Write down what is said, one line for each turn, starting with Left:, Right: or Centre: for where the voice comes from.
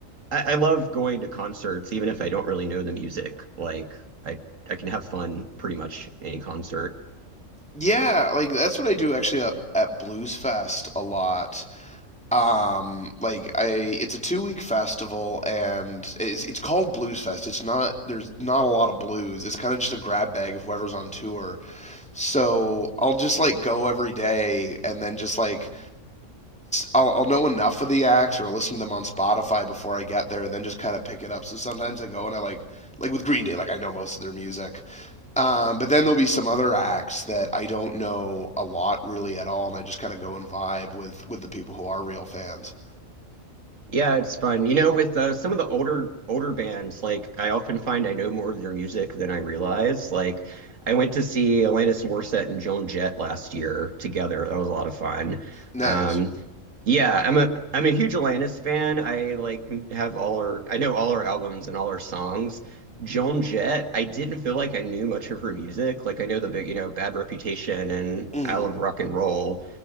Right: I, I love going to concerts, even if I don't really know the music. Like I I can have fun pretty much any concert.
Centre: Yeah, like that's what I do actually at, at Blues Fest a lot. Um, like I, it's a two week festival, and it's, it's called Blues Fest. It's not there's not a lot of blues. It's kind of just a grab bag of whoever's on tour. So I'll just like go every day, and then just like I'll, I'll know enough of the acts or listen to them on Spotify before I get there, and then just kind of pick it up. So sometimes I go and I like like with Green Day, like I know most of their music, um, but then there'll be some other acts that I don't know a lot really at all, and I just kind of go and vibe with with the people who are real fans.
Right: Yeah, it's fun. You know, with uh, some of the older older bands, like I often find I know more of their music than I realize. Like I went to see Alanis Morissette and Joan Jett last year together. That was a lot of fun.
Centre: Nice.
Right: Um, yeah, I'm a I'm a huge Alanis fan. I like have all her I know all her albums and all her songs. Joan Jett, I didn't feel like I knew much of her music. Like I know the big, you know, Bad Reputation and
Centre: Mm-hmm.
Right: Island Rock and Roll